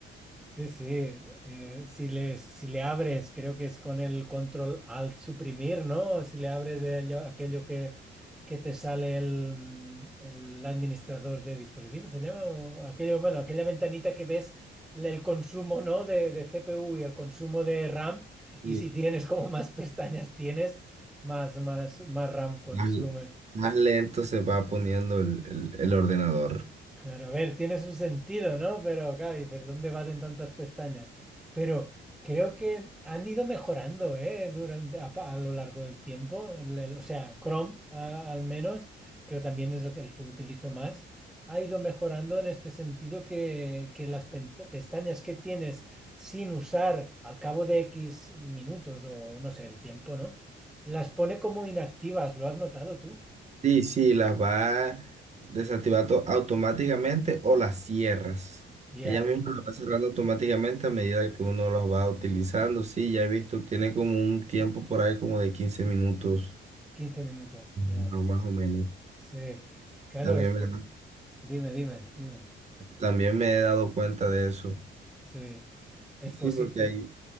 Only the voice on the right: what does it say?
y
más, más lento se va poniendo el el- el ordenador.
Sí, sí, las va desactivando automáticamente o las cierras.
Ella misma las va cerrando automáticamente a medida que uno las va utilizando. Sí, ya he visto, tiene como un tiempo por ahí como de 15 minutos,
no,
más o menos.
También
me,
también me he dado cuenta de eso.
Sí,
porque hay,